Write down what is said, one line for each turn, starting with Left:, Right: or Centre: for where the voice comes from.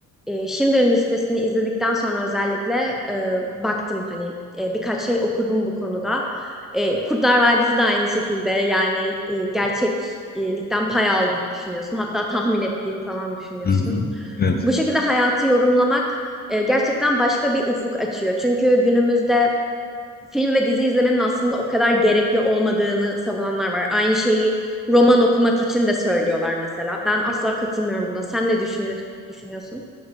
Centre: e, Schindler'ın listesini izledikten sonra özellikle e, baktım hani e, birkaç şey okudum bu konuda. E, Kurtlar Vadisi de aynı şekilde yani e, gerçeklikten pay aldığını düşünüyorsun. Hatta tahmin ettiğini falan düşünüyorsun.
Left: Hı hı. Evet.
Centre: Bu şekilde hayatı yorumlamak e, gerçekten başka bir ufuk açıyor. Çünkü günümüzde film ve dizi izlemenin aslında o kadar gerekli olmadığını savunanlar var. Aynı şeyi roman okumak için de söylüyorlar mesela. Ben asla katılmıyorum buna. Sen ne düşünü- düşünüyorsun?